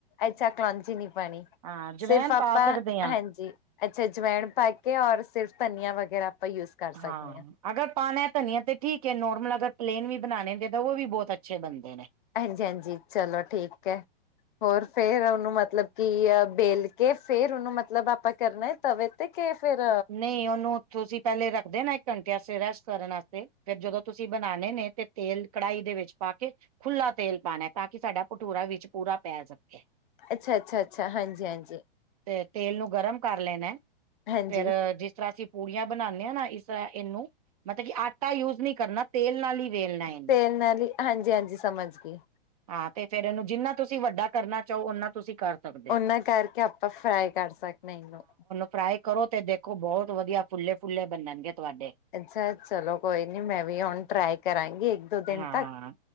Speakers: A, on the left; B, on the right.
A: ਅੱਛਾ ਕਲੋਂਜੀ ਨਹੀਂ ਪਾਨੀ
B: ਹਾਂ ਜਵੈਨ
A: ਸਿਰਫ ਆਪਾਂ
B: ਪਾ ਸਕਦੇ ਹਾਂ।
A: ਹਾਂਜੀ ਅੱਛਾ ਅਜਵਾਇਣ ਪਾ ਕੇ ਔਰ ਸਿਰਫ ਧਨੀਆ ਵਗੈਰਾ ਆਪਾਂ ਯੂਜ ਕਰ ਸਕਦੇ
B: ਹਾਂ ਅਗਰ ਪਾਨੇ ਧਨੀਆ ਤੇ ਠੀਕ ਹੈ ਨੋਰਮਲ ਅਗਰ ਪਲੇਨ ਵੀ ਬਣਾਣੇ ਨੇ ਤੇ ਉਹ ਵੀ ਬਹੁਤ ਅੱਛੇ ਬਣਦੇ ਨੇ।
A: ਹਾਂਜੀ-ਹਾਂਜੀ ਚਲੋ ਠੀਕ ਹੈ। ਹੋਰ ਫੇਰ ਉਹਨੂੰ ਮਤਲਬ ਕੀ ਬੇਲ ਕੇ ਫੇਰ ਉਹਨੂੰ ਮਤਲਬ ਆਪਾਂ ਕਰਨਾ ਤਵੇ ਤੇ ਕੇ ਫੇਰ
B: ਨਹੀਂ ਉਹਨੂੰ ਤੁਸੀਂ ਪਹਿਲੇ ਰੱਖਦੇ ਨੇ ਇੱਕ ਘੰਟੇ ਵਾਸਤੇ ਰੈਸਟ ਕਰਨ ਵਾਸਤੇ ਫਿਰ ਜਦੋਂ ਤੁਸੀਂ ਬਣਾਣੇ ਨੇ ਤੇ ਤੇਲ ਕੜਾਹੀ ਦੇ ਵਿੱਚ ਪਾ ਕੇ ਖੁਲਾ ਤੇਲ ਪਾਣਾ ਤਾਂ ਕਿ ਸਾਡਾ ਭਟੂਰਾ ਵਿੱਚ ਪੂਰਾ ਪੈ ਸਕੇ।
A: ਅੱਛਾ-ਅੱਛਾ-ਅੱਛਾ, ਹਾਂਜੀ-ਹਾਂਜੀ
B: ਤੇ ਤੇਲ ਨੂੰ ਗਰਮ ਕਰ ਲੈਣਾ।
A: ਹਾਂਜੀ
B: ਫੇਰ ਜਿਸ ਤਰ੍ਹਾਂ ਅਸੀਂ ਪੂੜੀਆਂ ਬਣਾਣੇ ਹਾਂ ਨਾ ਇਸ ਇਹਨੂੰ ਮਤਲਬ ਕਿ ਆਟਾ ਯੂਜ ਨਹੀਂ ਕਰਨਾ। ਤੇਲ ਨਾਲ ਹੀ ਵੇਲਣਾ ਇਹਨੂੰ
A: ਤੇਲ ਨਾਲ ਹੀ ਹਾਂਜੀ ਹਾਂਜੀ ਸਮਝ ਗਈ
B: ਹਾਂ ਤੇ ਫੇਰ ਇਹਨੂੰ ਜਿੰਨਾ ਤੁਸੀਂ ਵੱਡਾ ਕਰਨਾ ਚਾਹੋ ਓਨਾ ਤੁਸੀਂ ਕਰ ਸਕਦੇ
A: ਉਹਨਾਂ
B: ਹੋ।
A: ਕਰਕੇ ਆਪਾਂ ਫਰਾਈ ਕਰ ਸਕਦੇ ਹਾਂ ਇਹਨੂੰ
B: ਫਰਾਈ ਕਰੋ ਤੇ ਦੇਖੋ ਬਹੁਤ ਵਧੀਆ ਫੁੱਲੇ ਫੁੱਲੇ ਬਨਣਗੇ ਤੁਹਾਡੇ।
A: ਅਛਾ, ਚਲੋ ਕੋਈ ਨੀ, ਮੈ ਵੀ ਹੁਣ ਟਰਾਈ ਕਰਾਂਗੀ ਇਕ ਦੋ ਦਿਨ
B: ਹਾਂ
A: ਤੱਕ-